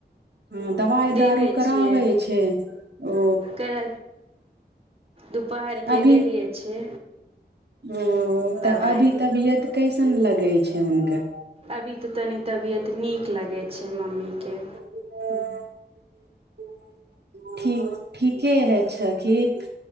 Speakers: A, on the right; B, on the right.
A: हँ दवाई
B: देबे
A: दारू कराबै
B: छियै
A: छै ओ
B: कर दुपहरके
A: अभी
B: देलेय छै
A: ओ तऽ
B: दबाइ
A: अभी तबियत कैसन लगे छै हुनकर
B: अभी तऽ तनी तबियत नीक लगैत छै मम्मीके
A: ह ठीक ठीके है छखखि